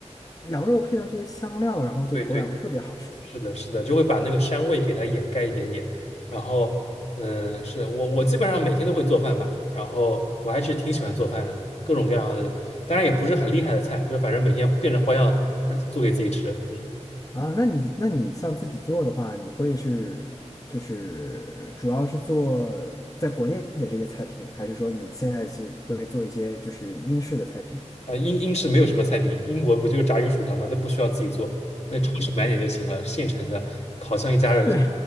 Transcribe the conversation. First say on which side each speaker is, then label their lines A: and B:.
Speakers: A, on the left; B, on the left.
A: 羊肉配上这些香料，然后就口感会特别好吃
B: 对对。是的，是的，就会把那个膻味给它掩盖一点点。然后，嗯，是我我基本上每天都会做饭吧，然后我还是挺喜欢做饭的，各种各样的，当然也不是很厉害的菜，就反正每天变着花样呃做给自己吃。嗯，
A: 啊。那你那你像自己做的话，你会是就是主要是做在国内的这些菜品，还是说你现在是会做一些就是英式的菜品？
B: 呃，英英式没有什么菜品，英国不就是炸鱼薯条吗？那不需要自己做，那超市买点就行了，现成的，烤箱一加热就行。
A: 是，